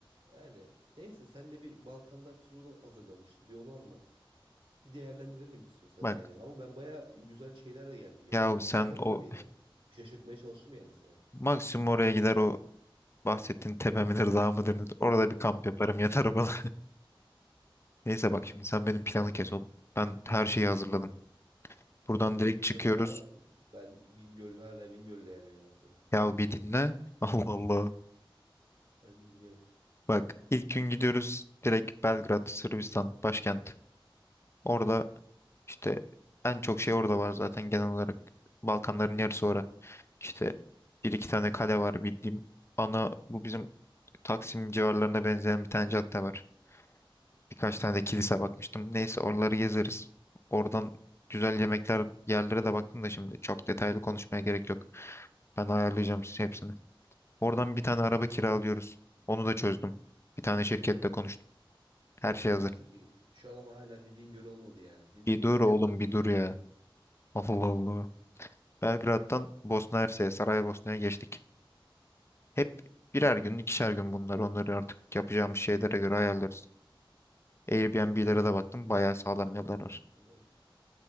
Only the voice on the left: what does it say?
Bak
ya
sen
o
maksimum oraya gider o bahsettiğin tepe midir dağ mıdır nedir? Orada bir kamp yaparım yatarım bana. <laughs> Neyse bak şimdi sen benim planı kes oğlum. Ben her şeyi hazırladım. Buradan
direkt
çıkıyoruz.
Ya bir dinle. <laughs> Allah Allah.
Bak ilk gün gidiyoruz direkt Belgrad, Sırbistan başkent. Orada işte en çok şey orada var zaten genel olarak. Balkanların yarısı orada. İşte bir iki tane kale var bildiğim. Ana bu bizim Taksim civarlarına benzeyen bir tane cadde var. Birkaç tane de kilise bakmıştım. Neyse oraları gezeriz. Oradan güzel yemekler yerlere de baktım da şimdi çok detaylı konuşmaya gerek yok. Ben ayarlayacağım size hepsini. Oradan bir tane araba kiralıyoruz. Onu da çözdüm. Bir tane şirkette konuştum. Her şey
hazır.
Bir dur oğlum bir dur ya. <laughs> Allah Allah. Belgrad'dan Bosna Hersek'e, Saraybosna'ya geçtik. Hep birer gün, ikişer gün bunlar. Onları artık yapacağımız şeylere göre ayarlarız. Airbnb'lere de baktım. Bayağı sağlam yerler var.